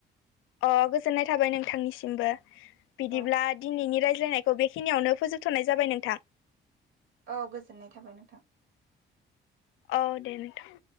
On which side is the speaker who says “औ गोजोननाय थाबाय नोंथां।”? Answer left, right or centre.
Right